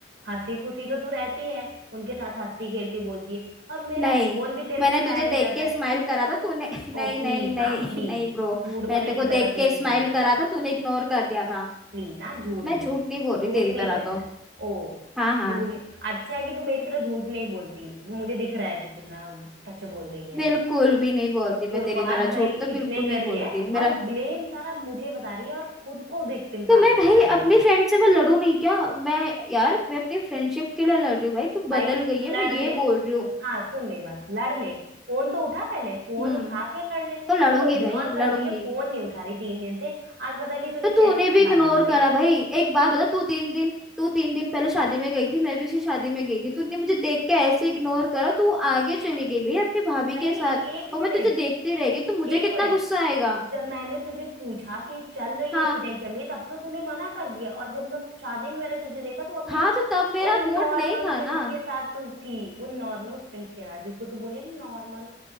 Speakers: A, on the right (about 75°); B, in the centre.
A: हंसी खुशी तो तू रहती है उनके साथ हंसती खेलती बोलती है और मेरा
B: नहीं
A: फोन भी तेरे
B: मैंने
A: से उठाया
B: तुझे
A: नहीं
B: देख
A: जाता
B: के
A: है
B: स्माइल करा था तूने <laughs> नहीं
A: ओ प्लीज
B: नहीं नहीं
A: हाँ प्लीज
B: नहीं ब्रो
A: झूठ
B: मैंने
A: बोलने
B: तेरे
A: की
B: को देख
A: जरूरत नहीं
B: के स्माइल
A: है तुझे
B: करा था तूने इग्नोर कर दिया था
A: प्लीज हाँ झूठ
B: मैं
A: नहीं
B: झूठ नहीं बोल रही
A: झूठ
B: तेरी
A: नहीं
B: तरह
A: चलता
B: तो
A: है ओ
B: हाँ
A: झूठ
B: हाँ
A: नहीं अच्छा है कि तू मेरी तरह झूठ नहीं बोलती मुझे दिख रहा है तू कितना सच बोल रही है
B: बिल्कुल भी नहीं बोलती मैं
A: शुरुआत
B: तेरी तरह झूठ
A: भाई
B: तो
A: इसने
B: बिल्कुल
A: करी
B: नहीं बोलती
A: है
B: मेरा
A: और ब्लेम सारा मुझे बता रही है और खुद को विक्टिम
B: तो
A: साबित
B: मैं भाई
A: कर
B: अपनी
A: रही है
B: फ्रेंड से मैं लड़ू नहीं क्या मैं यार मैं अपनी फ्रेंडशिप के लिए लड़ रही हूँ भाई तू बदल
A: भाई
B: गई
A: लड़
B: है मैं ये
A: ले
B: बोल रही हूँ
A: हाँ सुन मेरी बात लड़ ले फोन तो उठा पहले फोन
B: हम्म
A: उठा के लड़ ले तू
B: तो लड़ूंगी
A: तो इग्नोर
B: भाई लड़ूंगी
A: कर रही है फोन नहीं उठा रही तीन दिन से आज पता नहीं तूने
B: तो तू
A: कैसे
B: उन्हें
A: उठा
B: भी इग्नोर
A: लिया भाई
B: करा भाई एक बात बता तू तीन दिन तू तीन दिन पहले शादी में गई थी मैं भी उसी शादी में गई थी तूने मुझे देख के ऐसे इग्नोर करा तू आगे चली गई भाई अपनी भाभी
A: भाई
B: के साथ
A: एक
B: और
A: मिनट
B: मैं तुझे देखती रह गई तो मुझे
A: एक
B: कितना
A: मिनट
B: गुस्सा आएगा
A: जब मैंने तुझे पूछा कि चल रही
B: हाँ
A: है कि नहीं चल रही तब तो तूने मना कर दिया और जब मैं शादी में मैंने तुझे देखा तू अपने
B: हाँ तो तब मेरा
A: उन
B: मूड
A: नॉर्मल
B: नहीं था
A: फ्रेंड्स
B: ना
A: के साथ तू थी उन नॉर्मल फ्रेंड्स के साथ जिसको तू बोले नॉर्मल